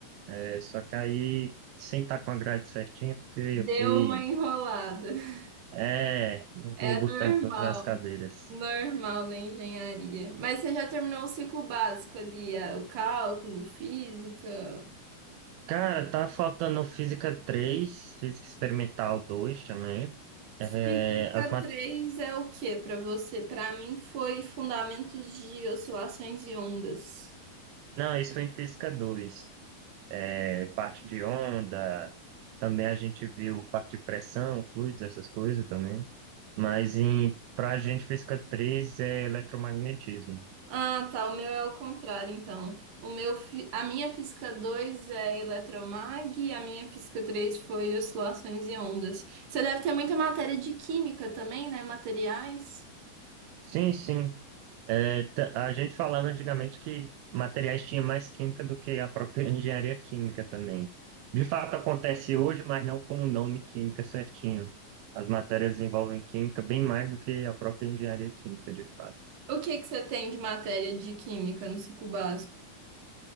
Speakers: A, on the right; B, on the right.
A: é, só que aí sem estar com a grade certinha, porque eu fui.
B: Deu uma enrolada. <laughs>
A: É, não
B: É
A: vou botando
B: normal,
A: todas as cadeiras.
B: normal na engenharia. Mas você já terminou o ciclo básico ali, a- o cálculo, física.
A: Cara, tá faltando Física 3, Física Experimental 2 também. É,
B: Física
A: as mat...
B: 3 é o que pra você? Pra mim foi fundamentos de oscilações e ondas.
A: Não, esse foi em Física 2. é, parte de onda, também a gente viu parte de pressão, fluidos, essas coisas também. Mas em, para gente, física 3 é eletromagnetismo.
B: Ah, tá. O meu é o contrário, então. O meu, fi- a minha física 2 é eletromag e a minha física 3 foi oscilações e ondas. Você deve ter muita matéria de química também, né? Materiais.
A: Sim, sim. É, t- a gente falava antigamente que materiais tinha mais química do que a própria <laughs> engenharia química também. De fato, acontece hoje, mas não com o nome química certinho. As matérias envolvem química bem mais do que a própria engenharia química, de fato.
B: O que que você tem de matéria de química no ciclo básico?